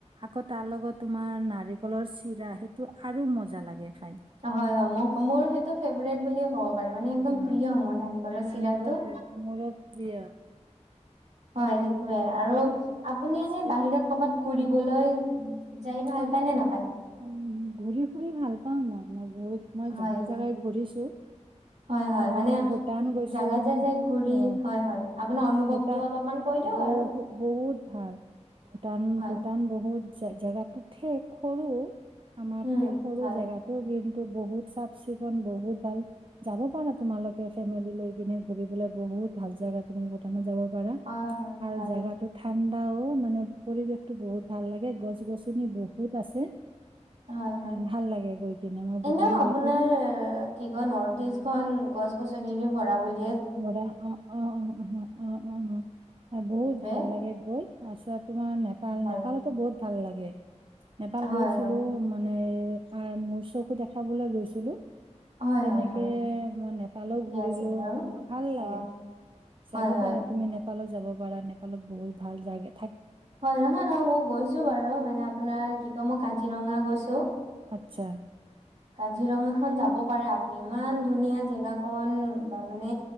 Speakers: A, on the right; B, on the right.
A: আকৌ তাৰ লগত তোমাৰ নাৰিকলৰ চিৰা সেইটো আৰু মজা লাগে খায়।
B: হয় হয় মোক মোৰ সেইটো ফেভৰেট বুলিয়ে কব পাৰে মানে একদম
A: উম
B: প্ৰিয় মোৰ নাৰিকলৰ চিৰাটো।
A: মোৰো ব- মোৰো প্ৰিয়
B: হয়
A: মানে
B: সেইটোৱে
A: নাৰিকলৰ
B: আৰু আপুনি এনে
A: চিৰা
B: বাহিৰত কৰবাত ঘুৰিবলৈ যাই ভাল
A: অ উম
B: পায় নে নাপায়?
A: ঘূৰি ফুৰি ভাল পাওঁ মই বহুত মই
B: হয়
A: জাগাই জাগাই ঘূৰিছো।
B: হয়, হয়
A: মই
B: মানে
A: ভূটান গৈছো
B: জাগা যায়, যায় ঘূৰি
A: অ
B: হয়, হয়। আপোনাৰ অনুভৱটো
A: ভূটান
B: অলপমান কৈ দিয়ক
A: বহু
B: আৰু
A: বহুত ভাল ভূটান,
B: হয়
A: ভূটান বহুত জেগাতো ঠেক, সৰু আমাতকে,
B: উম
A: সৰু
B: হয়
A: জেগাতটো কিন্ত বহুত চাফ- চিকুন, বহুত ভাল যাব পাৰা। তোমালোকে ফেমিলি লৈ কিনে ঘুৰিবলে বহুত বহুত ভাল জেগা, তুমি ভুটানত যাব পাৰা
B: হয় হয়
A: আৰু
B: হয়
A: জেগাতো থ ঠাণ্ডাও মানে পৰিৱেশতো বহুত ভাল লাগে গছ- গছনি বহুত আছে।
B: হয় হয়
A: উম ভাল লাগে গৈ। কিনে মই ভূটান
B: এনেও আপোনাৰ
A: গৈছো
B: কি কয় নৰ্থ ইষ্ট খন গছ- গছনিৰে ভৰা বুলি
A: অ, অ, অ, অ, অ, বহুত
B: সেইটোৱে
A: ভাল লাগে গৈ। তাৰপিছত তোমাৰ নেপাল,
B: হয়
A: নেপালতো বহুত ভাল লাগে নেপাল
B: হয়
A: গৈছিলো
B: হয়
A: মান মানে মোৰ চকু দেখাবলৈ গৈছিলো।
B: হয়
A: তেনেকে
B: হয় হয়
A: মই নেপালো
B: ঠিকে
A: ঘূৰিলো।
B: আছে বাৰু
A: ভাল
B: অ
A: লাগে যাব
B: হয় হয়
A: পাৰা তুমি নেপালত যাব পাৰা। নেপালত বহুত ভাল জেগা
B: হয়, নহয়, নহয় মই গৈছো বাৰু মানে আপোনাৰ কি কয় মই কাজিৰঙা গৈছো।
A: আচ্ছা
B: কাজিৰঙা খন যাব পাৰে আপ -পুনি ইমান ধুনীয়া জেগা কন বা মানে